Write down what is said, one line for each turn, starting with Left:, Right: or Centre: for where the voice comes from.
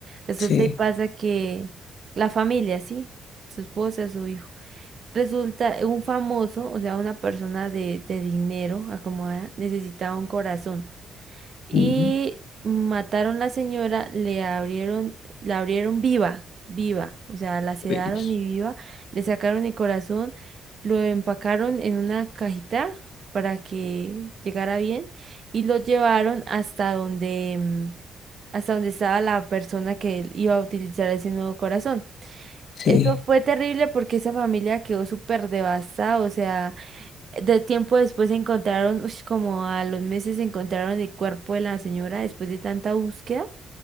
Right: Resulta
Left: Sí,
Right: y pasa que la familia, sí, su esposa, su hijo, resulta un famoso, o sea, una persona de, de dinero acomodada, necesitaba un corazón. y
Left: Mm,
Right: mataron la señora, le abrieron, la abrieron viva, viva, o sea, la sedaron
Left: pues,
Right: y viva, le sacaron el corazón, lo empacaron en una cajita para que llegara bien y lo llevaron hasta donde, mm, hasta donde estaba la persona que iba a utilizar ese nuevo corazón.
Left: sí,
Right: Eso fue terrible porque esa familia quedó súper devastada, o sea, de tiempo después encontraron, ush, como a los meses encontraron el cuerpo de la señora después de tanta búsqueda